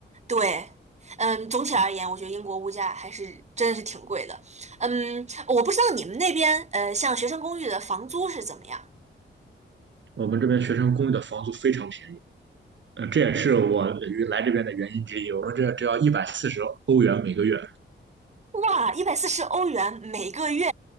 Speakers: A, on the right; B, on the right.
A: 对，嗯，总体而言，我觉得英国物价还是真的是挺贵的。嗯，我不知道你们那边，呃，像学生公寓的房租是怎么样？
B: 我们这边学生公寓的房租非常便宜。呃，这也是我来这边的原因之一。我们这只要一百四十欧元每个月，
A: 哇，一百四十欧元每个月，